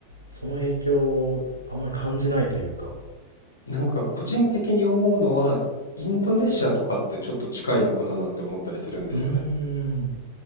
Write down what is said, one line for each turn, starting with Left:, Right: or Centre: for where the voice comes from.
Right: その影響をあんまり感じないというか。
Left: なんか個人的に思うのは、インドネシアとかってちょっと近いのかななんて思ったりするんですよね。
Right: うーん。